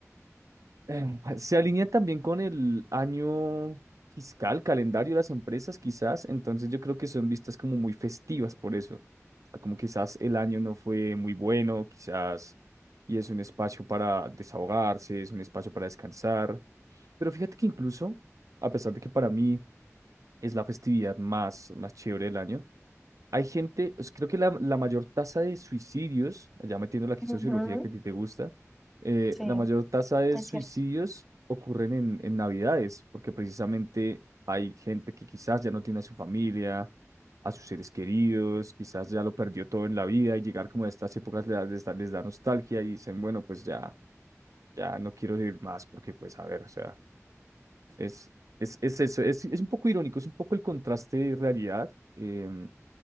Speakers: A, on the right; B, in the centre.
A: em, <laughs> se alinea también con el año fiscal, calendario de las empresas, quizás. Entonces yo creo que son vistas como muy festivas por eso. O sea, Como quizás el año no fue muy bueno, quizás, y es un espacio para desahogarse, es un espacio para descansar. Pero fíjate que incluso, a pesar de que para mí es la festividad más, más chévere del año, hay gente, pues, creo que la, la mayor tasa de suicidios, ya metiendo aquí
B: Ujú,
A: sociología que a ti te gusta, eh,
B: Sí,
A: la mayor tasa de
B: es
A: suicidios
B: cierto.
A: ocurren en, en Navidades, porque precisamente hay gente que quizás ya no tiene a su familia, a sus seres queridos, quizás ya lo perdió todo en la vida y llegar como a estas épocas les da, les da, les da nostalgia y dicen, bueno, pues ya, ya no quiero vivir más porque pues a ver, o sea, es, es, es, eso, es, es un poco irónico, es un poco el contraste de realidad. em,